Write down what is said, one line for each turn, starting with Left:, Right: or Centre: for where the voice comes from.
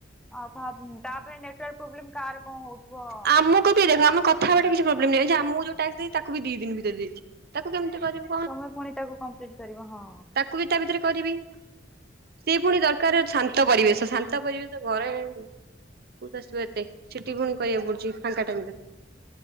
Centre: ଆଉ ତାପରେ ନେଟୱାର୍କ ପ୍ରୋବ୍ଲେମ କାହାର କଣ ହଉଥିବ
Right: ଆମକୁ ବି ଦେଖ ଆମ କଥା ବାଟେ କିଛି ପ୍ରୋବ୍ଲେମ ନଁ ଆମକୁ ଯୋଉ ଟାକ୍ସ ଦେଇ ତାକୁ ବି ଦି ଦିନିତରେ ଦେଇଛି ତାକୁ କେମିତି କରିବୁ
Centre: ତମେ ପୁଣି ତାକୁ କମ୍ପ୍ଲିଟ କରିବ ହଁ
Right: ତାକୁ ବି ତା ଭିତରେ କରିବି ସେ ପୁଣି ଦରକାର ଶାନ୍ତ ପରିବେଶ ଶାନ୍ତ ପରିବେଶ ଘରେ କୋଠୁ ଆସିବ ଏତେ ସେଠି ପୁଣି କରିବାକୁ ପଡୁଛି ଫାଙ୍କା ଟାଇମରେ